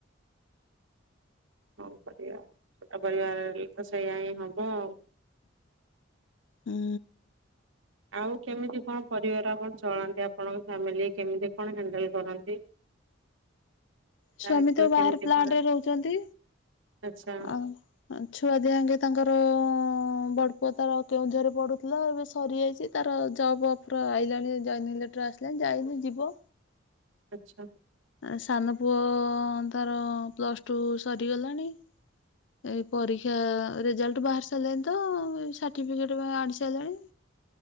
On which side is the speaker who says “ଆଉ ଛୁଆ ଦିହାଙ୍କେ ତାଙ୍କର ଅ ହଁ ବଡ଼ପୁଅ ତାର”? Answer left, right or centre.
Left